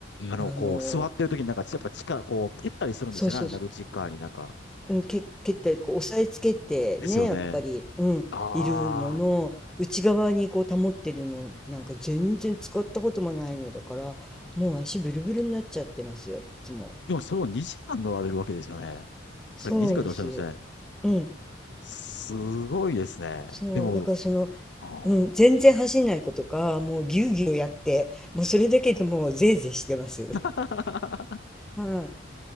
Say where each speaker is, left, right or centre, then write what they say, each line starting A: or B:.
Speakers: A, on the left (about 60°); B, in the centre.
A: あの、
B: あの、
A: こう、座ってる時になんか、やっぱ力、こう、蹴ったりするんですよね、
B: そうそう
A: あれ、なんか内側になんか。
B: うん、け、蹴ったりこう押さえつけてねやっぱり、
A: ですよね。
B: うん、
A: ああ。
B: いるのの内側にこう保ってるのなんか全然使ったこともないのだからもう足ブルブルになっちゃってますよいつも。
A: でもそれを2時間乗られるわけですよね。
B: そうです。
A: さっき2時間でおっしゃいましたね。
B: うん。
A: すごいですね。
B: そう。
A: でも、
B: だからその、
A: あ
B: うん、全然走んない子とかもうぎゅうぎゅうやってもうそれだけでもうぜいぜいしてます。
A: あ。
B: <laughs> はい。